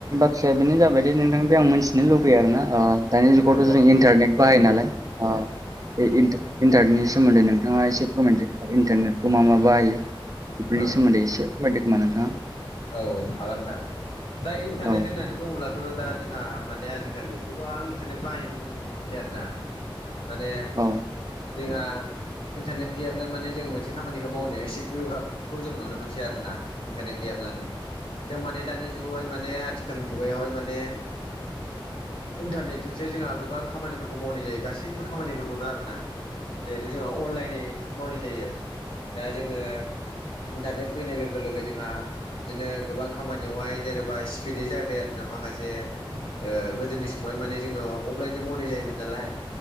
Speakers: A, on the right; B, on the left.
A: थ्राया बेनो जाबाय दि नोंथांनिफाय आं मिथिनो लुबैयो आरोना ओ दानि जुगावथ'
B: औ
A: जों इन्टारनेट बाहायो नालाय ओ बे इन्ट-इन्टारनेटनि सोमोन्दै नोंथाङा एसे फोरमायटि आरो इन्टारनेटखौ मा मा बाहायो बेफोरनि
B: औ
A: सोमोन्दै एसे फोरमायदो खोमा नोंथाङा
B: औ औ हागोन नोंथां। दा इन्टारनेट
A: औ
B: होननानै बुङोब्लाथ' दा जोंहा माने आजिखालि गोबां इन्टारनेट बाहायनायखौ जों नुनो मोनसै आरो ना। माने
A: औ
B: जोंहा इन्टारनेट गैयाब्लानो माने जोङो मोनसे खामानिखौ मावनायाव एसे गोब्राबखौ जों नुनो मोनसै आरो ना। इन्टारनेट गैयाब्लानो जों माने दानि जुगावहाय माने आथिखाल मुगायावहाय माने इन्टारनेटजोंसो जोंहा गोबां खामानिफोरखौ मावनाय जायो गासैबो खामानिफोरखौनो आरोना। जिहेथु जोंहा अनलाइनै मावनाय जायो दा जोङो इन्टारनेट फैनाय लोगो लोगो जोंहा बिदिनो गोबां खामानियावहाय जेनेबा स्पिदै जाबाय आरो ना माखासे ओ गोदोनि समावहाय माने जोङो अपलाइनजों मावनाय जायोमोन नालाय।